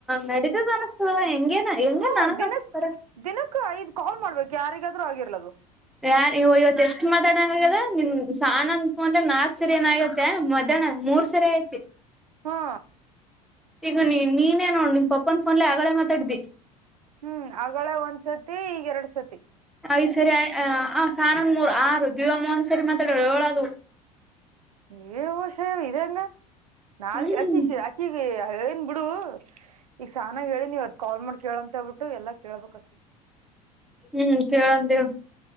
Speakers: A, in the centre; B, on the right (about 70°).
A: ನಡತದ ಅನಸ್ತದ ಹೆಂಗನ್ ಹೆಂಗನ್
B: ಹಾ
A: ನನಗತಾರೆ
B: ದಿನಕ್ ದಿನಕ್ ಐದ್ ಕಾಲ್ ಮಾಡ್ಬೇಕು ಯಾರಿಗಾದ್ರೂ ಆಗಿರ್ಲದು
A: ಯಾರ ಇವತ್ ಎಷ್ಟ ಮಾತಾಡ್ ದ ನಿ ಸಾನ ಅನ್ ಅಂದ್ರೆ ನಾಲ್ಕ್ ಸರಿ ಏನ ಆಗತ್ತೆ ಮಧ್ಯಾಹ್ನ ಮೂರ್ ಸರಿ ಐತಿ
B: ಹಾ
A: ಈಗ ನೀ ನೀನೇ ನೋಡ ನಿನ ಪಪ್ಪನ್ ಫೋನ್ಲ್ಲ ಆಗಲೆ ಮಾತಾಡಿದ್ದಿ
B: ಹ್ಮ್ ಅಗಳ ಒಂದ್ಸತಿ ಈಗ ಎರಡ್ ಸತಿ ಸತಿ
A: ಐ ಸರಿ ಆ ಸಾನಂದ ಮೂರು ಆರು ದೇವಮ್ಮ ಒಂದ್ ಸರಿ ಮಾತಾಡಲಾ ಯೋಳು ಅದಾವ
B: <unintelligible> ಹೆಂಗ ನಾಳೆ
A: ಹ್ಮ್
B: ಅಕಿಶ ಅಕಿಗೆ ಹೇಳೇನ್ ಬಿಡು ಈಗ ಸಾನಾಗ ಹೇಳಿ ನೀವ್ ಅದ್ ಕಾಲ್ ಮಾಡಿ ಕೇಳ ಅಂತ ಹೇಳ್ಬಿಟ್ಟು ಎಲ್ಲಾ ಕೇಳ್ಬಬೇಕ ಅಕಿಗೆ
A: ಹ್ಮ್ ಕೇಳಂದೇಳು